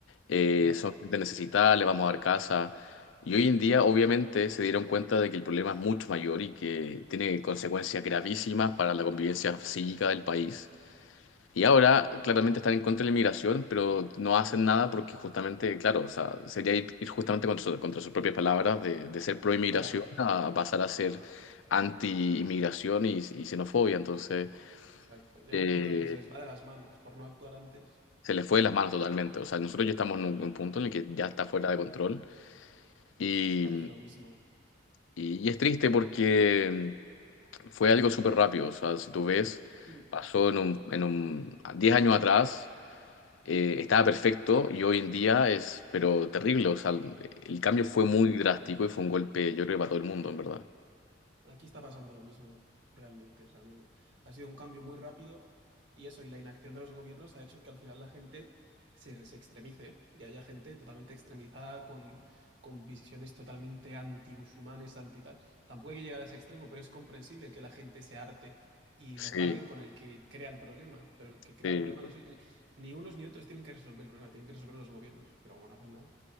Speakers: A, on the left; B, on the right.
A: eh,
B: Claro,
A: son gente necesitada, les vamos a dar casa. Y hoy en día, obviamente, se dieron cuenta de que el problema es mucho mayor y que tiene consecuencias gravísimas para la convivencia psíquica del país. Y ahora, claramente, están en contra de la inmigración, pero no hacen nada porque justamente, claro, o sea, sería ir, ir justamente contra, su- contra sus propias palabras de, de ser pro inmigración
B: claro,
A: a pasar a ser anti inmigración y y xenofobia. Entonces,
B: exacto. Llega
A: eh,
B: un punto en el que se les va de las manos por no actuar antes.
A: se le fue de las manos totalmente. O sea, nosotros ya estamos en un, un punto en el que ya está fuera de control y,
B: Aquí lo mismo.
A: y- y es triste porque mm, fue algo súper rápido. O sea, si tú ves,
B: Mm,
A: pasó en un, en un 10 años atrás, eh, estaba perfecto y hoy en día es, pero terrible. O sea, el cambio fue
B: mm.
A: muy drástico y fue un golpe, yo creo, para todo el mundo, en verdad.
B: Aquí está pasando lo mismo, realmente. O sea, no- ha sido un cambio muy rápido y eso, y la inacción de los gobiernos ha hecho que al final la gente se, se extremice y haya gente totalmente extremizada con, con visiones totalmente antimusulmanes, anti tal. Tampoco hay que llegar a ese extremo, pero es comprensible que la gente se harte y
A: Sí,
B: lo paguen con el que crea el problema. Pero el que crea
A: sí.
B: el problema no es el... Ni unos ni otros tienen que resolver el problema, tienen que resolver los gobiernos. Pero como no hacen nada.